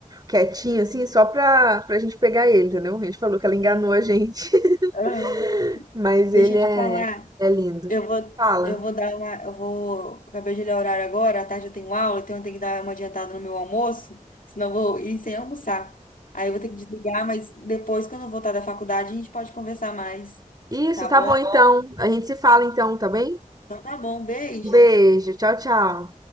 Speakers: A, on the right; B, on the left.
A: quietinho, assim, só pra, pra gente pegar ele, entendeu? A gente falou que
B: Entendi.
A: ela enganou a gente,
B: Aham.
A: <laughs> mas
B: Deixa
A: ele
B: de
A: é,
B: falar.
A: é lindo.
B: Eu vou,
A: Fala.
B: eu vou dar uma. Eu vou. Acabei de olhar o horário agora, à tarde eu tenho aula, então eu tenho que dar uma adiantada no meu almoço, senão eu vou ir sem almoçar. Aí eu vou ter que desligar, mas depois, quando eu voltar da faculdade, a gente pode conversar mais.
A: Isso,
B: Tá
A: tá
B: bom?
A: bom então. A gente se fala então, tá bem?
B: Então tá bom, beijo.
A: Beijo, tchau, tchau.